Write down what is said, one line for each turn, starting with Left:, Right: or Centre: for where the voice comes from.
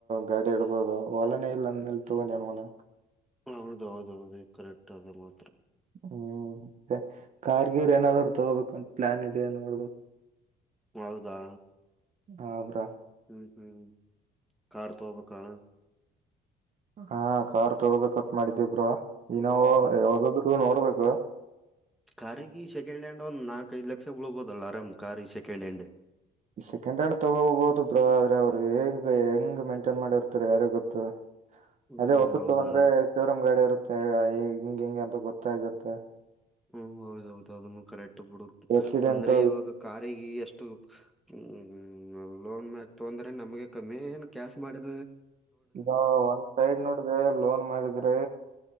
Right: ಗಾಡಿ ಇಡ್ಬೋದು. ಒಲನೇ ಇಲ್ಲಂದ ಮೇಲೆ ತಗೊಂಡ ಎನ್ ಮಾಢನ.
Centre: ಹೌದ, ಹೌದೌದು ಕರೆಕ್ಟ್ ಆದ ಮಾತ್
Right: ಹ್ಮ್, ಮತ್ತೆ ಕಾರ್ಗಿರ್ ಏನಾದ್ರು ತಗೋಬೇಕಂತ ಪ್ಲಾನ್ ಇದೆಯ ನೋಡ್ಬೇಕು.
Centre: ಹೌದಾ!
Right: ಹಾ, ಬ್ರೊ
Centre: ಹ್ಮ, ಹ್ಮ ಕಾರ ತೊಗಬೇಕಾ,
Right: ಹಾ, ಕಾರ್ ತಗೋಬೇಕ ಅಂತ ಮಾಡಿದಿವಿ ಬ್ರೋ ಇನೋವಾ
Centre: ಹ್ಮ್
Right: ಯಾವ್ದಾದ್ರು ನೋಡ್ಬೇಕ. ವಾ <inaudible>
Centre: ಕಾರಿಗೆ ಸೆಕೆಂಡ್ ಹ್ಯಾಂಡ್ ಒಂದು ನಾಲ್ಕಕ್ ಐದು ಲಕ್ಷ ಬಿಳ್ಬೋದಲ್ಲ. ಆರಾಮ್ ಕಾರಿಗೆ ಸೆಕೆಂಡ್ ಹ್ಯಾಂಡ್
Right: ಸೆಕೆಂಡ್ ಹ್ಯಾಂಡ್ ತಗೋಬಹುದು ಬ್ರೊ, ಆದ್ರೆ ಅವ್ರು ಹೆಂಗ್- ಹೆಂಗ್ ಮೇಂಟೈನ್ ಮಾಡಿರುತ್ತಾರೆ ಯಾರಿ ಗೊತ್ತು. -
Centre: ಹ್ಮ್
Right: ಅದೇ ಹೊಸದು
Centre: ಹೌದಾ?
Right: ತೋಗ ಅಂದ್ರೆ ಶೋ ರೂಮ್ ಗಾಡಿ ಇರುತ್ತೆ. ಗ ಈ ಹ <unintelligible> ಹಿಂಗ -ಹಿಂಗೆ ಅಂತ ಗೊತ್ತಾಗಿತ್ತೆ.
Centre: ಹ್ಮ್, ಹೌದ- ಹೌದು ಅದನ್ನು ಕರೆಕ್ಟ್ ಇ ಬಿಡು.
Right: ಆಕ್ಸಿಡೆಂಟ್
Centre: ಅಂದ್ರೆ ಇವಾಗ ಕಾರಿಗೆ ಎಷ್ಟು ಹ್ಮ್, ಲೋನ್ ಮ್ಯಾಲ ತಂದ್ರೆ ನಮ್ಗೆ ಕಮ್ಮಿ ಏನ್ ಕ್ಯಾಶ್ ಮಾಡ
Right: ಈಗ ಒಂದ್ ಸೈಡ್ ನೋಡಿದ್ರೆಲೋನ್ ಮಾಡಿದ್ರೆ